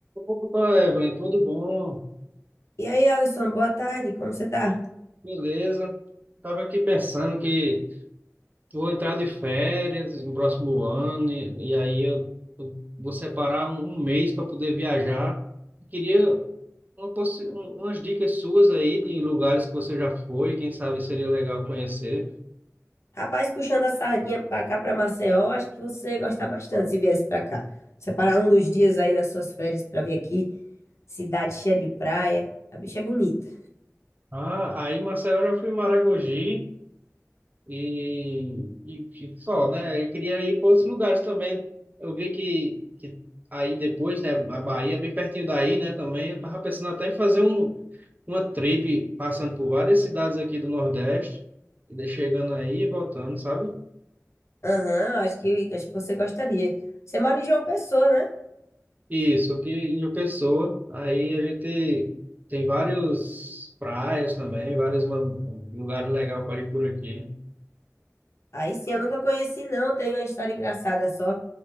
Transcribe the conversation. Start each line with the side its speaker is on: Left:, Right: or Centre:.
Right: Opa, Evelyn, tudo bom?
Left: E aí, Alisson, boa tarde, como você tá?
Right: Beleza. Estava aqui pensando que vou entrar de férias no próximo ano e, e aí eu, eu vou separar um, um mês para poder viajar. Queria uma possi- um- umas dicas suas aí de lugares que você já foi, quem sabe seria legal conhecer.
Left: Rapaz, puxando a sardinha pra cá, pra Maceió, acho que você ia gostar bastante se viesse pra cá. Separar um dos dias aí das suas férias pra vir aqui, cidade cheia de praia, a bicha é bonita.
Right: Ah, aí Marcelo, eu já fui em Maragogi, E, e, e só, né? Eu queria ir para outros lugares também. Eu vi que, que aí depois, né? A Bahia, é bem pertinho daí, né? Também eu tava pensando até em fazer um, uma trip passando por várias cidades aqui do Nordeste, e daí chegando aí e voltando, sabe?
Left: Aham, acho que, acho que você gostaria. Você mora em João Pessoa, né?
Right: Isso, aqui em João Pessoa. Aí a gente tem vários praias também, vários ma- lugares legais para ir por aqui.
Left: Aí sim, eu nunca conheci não, tenho uma história engraçada só.